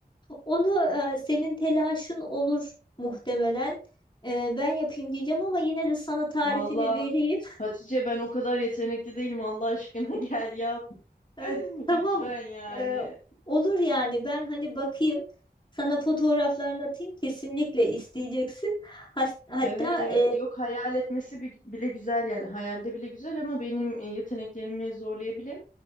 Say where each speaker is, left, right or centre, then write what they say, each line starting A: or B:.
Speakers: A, on the left; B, on the left.
A: Onu e, senin telaşın olur muhtemelen. E, ben yapayım diyeceğim ama yine de sana tarifini
B: Vallahi
A: vereyim.
B: Hatice ben o kadar yetenekli değilim Allah aşkına <laughs> gel yap.
A: E,
B: <laughs>
A: tamam
B: Lütfen yani.
A: e, olur yani ben hani bakayım sana fotoğraflarını atayım kesinlikle isteyeceksin. Has- hatta
B: Evet evet
A: e,
B: yok hayal etmesi bi- bile güzel yani hayalde bile güzel ama benim e, yeteneklerimi zorlayabilir.